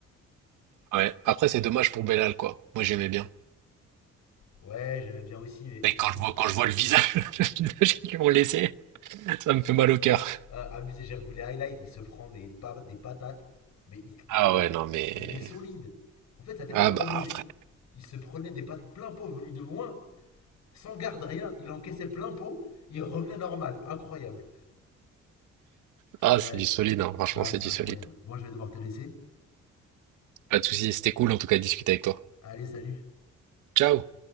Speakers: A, on the right (about 80°); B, on the left (about 60°).
A: Ouais. Après, c'est dommage pour Bellal, quoi. Moi, j'aimais bien.
B: Ouais, j'aimais bien aussi, mais
A: Mais
B: il,
A: quand je
B: il-
A: vois, quand je vois le visage, <laughs> le visage qu'ils m'ont laissé, ça me fait mal au cœur.
B: euh, abusé, j'ai revu les highlights, il se prend des, pa- des patates, mais il,
A: Ah
B: et il
A: ouais,
B: a,
A: non, mais...
B: mais il est solide. En fait, sa tête,
A: Ah
B: elle n'a pas
A: bah,
B: bougé.
A: après.
B: Il se prenait des patates plein pot venues de loin, sans garde rien, il encaissait plein pot, il revenait normal, incroyable.
A: Ah,
B: Ouais,
A: c'est du solide, hein. Franchement,
B: non,
A: c'est
B: c'est
A: du
B: incroyable.
A: solide.
B: Moi, je vais devoir te laisser.
A: Pas de soucis, c'était cool en tout cas de discuter avec toi.
B: Allez, salut.
A: Ciao!